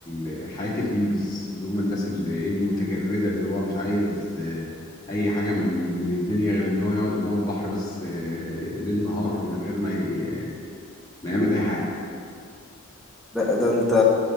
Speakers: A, on the left; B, in the centre.
A: ال- حياة الهيبيز اللي هم الناس اللي إيه المتجردة اللي هو مش عايز آه، أي حاجة من من الدنيا غير إن هو يقعد قدام البحر بس آه، ليل نهار من غير ما ي- ما يعمل أي حاجة.
B: ده, ده انت